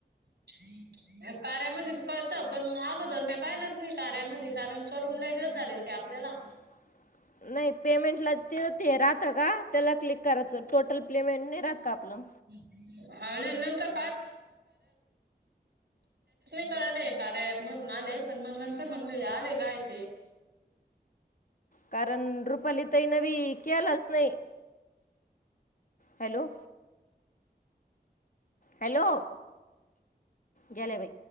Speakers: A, on the right (about 75°); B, on the left (about 55°).
A: <unintelligible> कार्यामध्ये बी कळतं, पण मग अगोदर म्या पाहिलंच नाही कार्यामध्ये कारण करून लई दिवस झाले न ते आपल्याला.
B: <unintelligible> नाही पेमेंटला ते, ते राहत का, त्याला क्लिक करायचं टोटल प्लेमेन्ट नाही राहत का आपलं?
A: <unintelligible> कळले, कार्या अँप मधून आलय, पण मग नंतर म्हणले आले काय ते.
B: कारण रुपाली ताई न बी केलाच नाही. हॅलो. हॅलो, गेल्या बाई.